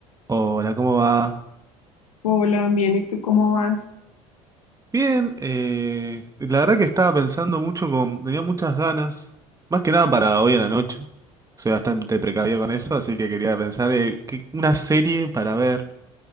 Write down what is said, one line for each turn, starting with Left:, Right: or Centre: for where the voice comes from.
Right: Hola, ¿cómo va?
Left: Hola, bien, ¿y tú cómo vas?
Right: Bien, eh, la verdad que estaba pensando mucho con, tenía muchas ganas, más que nada para hoy en la noche. Soy bastante precavido con eso, así que quería pensar eh, qué- una serie para ver.